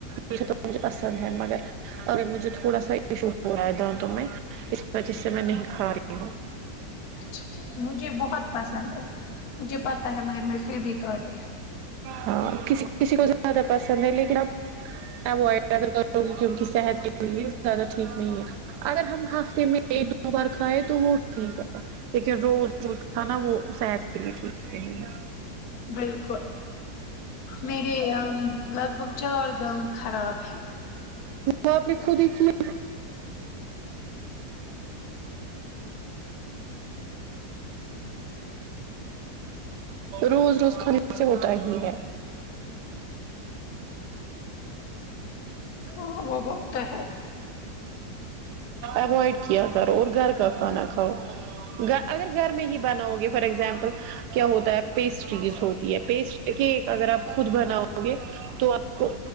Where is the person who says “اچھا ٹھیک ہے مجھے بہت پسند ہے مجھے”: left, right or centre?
Left